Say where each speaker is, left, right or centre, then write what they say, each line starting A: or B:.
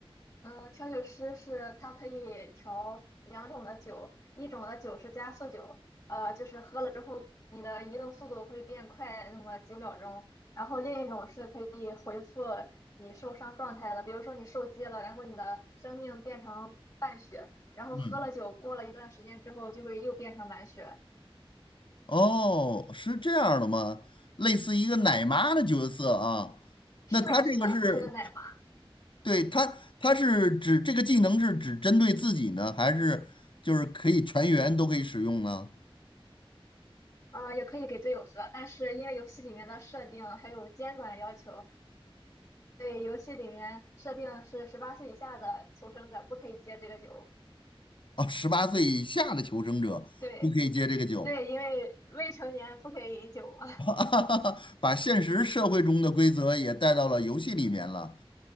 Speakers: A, on the left (about 35°); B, on the left (about 55°).
A: 嗯，调酒师是他可以调两种的酒，一种的酒是加速酒，呃，就是喝了之后你的移动速度会变快那么几秒钟，然后另一种是可以恢复你受伤状态的，比如说你受击了，然后你的生命变成半血，然后喝了酒过了一段时间之后就会又变成满血。
B: 嗯，哦，是这样的吗？类似一个奶妈的角色啊。
A: 嗯，是的，
B: 那他这个是，
A: 是的，是个奶妈，
B: 对，他他是指这个技能是只针对自己呢，还是就是可以全员都可以使用呢？
A: 啊，也可以给队友喝，但是因为游戏里面的设定还有监管要求。对，游戏里面设定是十八岁以下的求生者不可以接这个酒。
B: 啊，十八岁以下的求生者不可以接这个酒，
A: 对对，因为未成年不可以饮酒嘛。<laughs>
B: <laughs> 把现实社会中的规则也带到了游戏里面了。